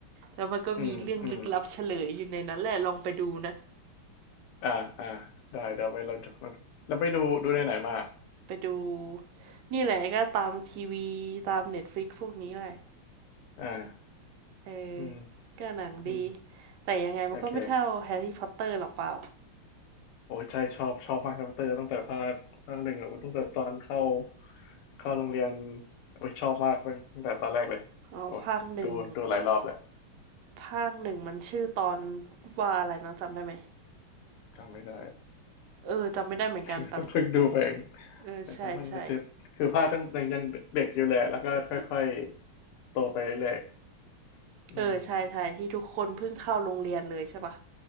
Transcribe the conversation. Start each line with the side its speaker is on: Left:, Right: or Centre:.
Right: แล้วมันก็มีเรื่องลึกลับเฉลยอยู่ในนั้นแหละลองไปดูนะ
Left: อืมอืมอ่าอ่าได้เดี๋ยวไปเราดูแล้วไปดูดูในไหนมา
Right: ไปดูนี่แหละก็ตามทีวีตามเน็ตฟลิกพวกนี้แหละ
Left: อ่า
Right: เออ
Left: อืม
Right: ก็หนังดี
Left: อืม
Right: แต่ยังไงมันก็ไม่เท่าแฮร์รี่พอตเตอร์หรอกเปล่า
Left: โอเค โอ้ยใช่ชอบชอบมากครับเตอร์ตั้งแต่ภาคภาคหนึ่งอะโอ้ยตั้งแต่ตอนเข้าเข้าโรงเรียนโอ้ยชอบมากตั้งตแต่ตอนแรกเลยโอ้ยดูดูหลายรอบแหละ
Right: อ๋อภาคหนึ่งภาคหนึ่งมันชื่อตอนว่าอะไรนะจำได้ไหม
Left: จำไม่ได้
Right: เออจำไม่ได้เหมือนกันแต่
Left: <laughs> ต้องเพิ่งดูไปเอง
Right: เออใช่ใช่
Left: แต่จำว่าจะติดคือภาคตั้งยต่ยังเด็กอยู่แหละแล้วก็ค่อยๆโตไปเรื่อยๆอืม
Right: เออใช่ใช่ที่ทุกคนเพิ่งเข้าโรงเรียนเลยใช่ปะ